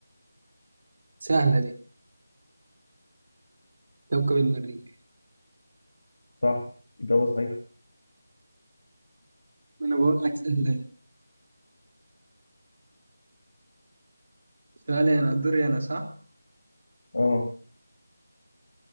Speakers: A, on the right; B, on the left.
A: سهلة دي كوكب المريخ
B: صح اجابه صحيحه
A: انا بقول لك سأل- سؤالي انا دوري انا صح
B: اه